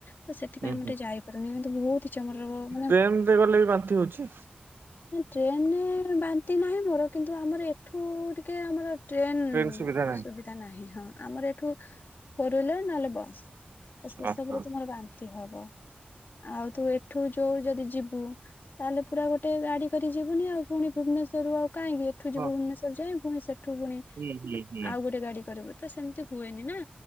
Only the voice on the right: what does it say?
ଉୁଁ
ଟେନ୍‌ରେ ଗଲେ ବି ବାନ୍ତି ହଉଛି?
ଟ୍ରେନ ସୁବିଧା ନାହିଁ।
ଆଚ୍ଛା।
ହଁ।
ହୁଁ ହୁଁ ହୁଁ